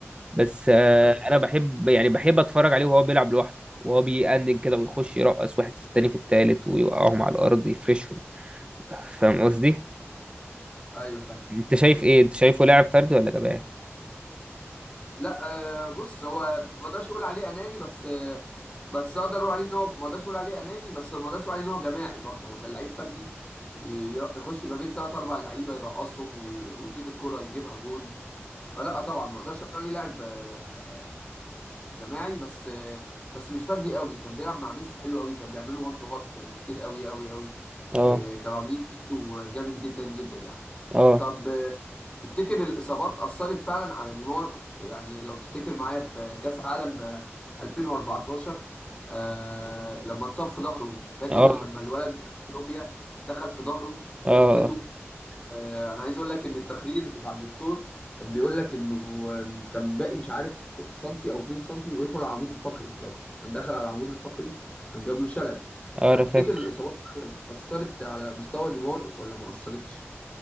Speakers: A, on the right; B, on the left.
A: بس آه،
B: ايوه
A: انا بحب يعني بحب اتفرج عليه وهو بيلعب لوحده وهو بيأنن كده ويخش يرقص واحد في التاني في التالت ويوقعهم على الارض يفرشهم فاهم قصدي
B: ايوه فاهم
A: انت شايف ايه انت شايفه لاعب فردي ولا جماعي
B: لا آه بص هو ما اقدرش اقول عليه اناني بس آه بس اقدر اقول عليه ان هو ما اقدرش اقول عليه اناني بس ما اقدرش اقول عليه ان هو جماعي برضه هو كان لعيب فردي ي- ير- يخش ما بين ثلاث اربع لعيبه يرقصهم وي- ويشوط الكوره يجيبها جون فلا طبعا ما اقدرش اقول عليه لاعب آه آه، جماعي بس بس مش فردي قوي كان بيلعب مع ميسي حلو قوي كان بيعملوا وان تو هات كتير قوي قوي قوي
A: اه
B: آه، كانوا عاملين بيتو جامد جدا جدا يعني
A: اه
B: طب آه، تفتكر الإصابات أثرت فعلا على نيمار يعني لو تفتكر معايا في كأس عالم آه، 2014 آه لما اتصاب في ظهره فاكر
A: اه
B: لما الولد كولومبيا دخل في ظهره
A: اه
B: بركبته
A: اه
B: آه، انا عايز اقول لك ان التقرير بتاع الدكتور كان بيقول لك انه آم، كان باقي مش عارف سنتي او 2 سنتي ويدخل على العمود الفقري لو كان دخل على العمود الفقري كان جاب له شلل
A: آه،
B: فتفتكر
A: انا فاكر
B: الاصابات فعلا اثرت على مستوى نيمار ولا ما اثرتش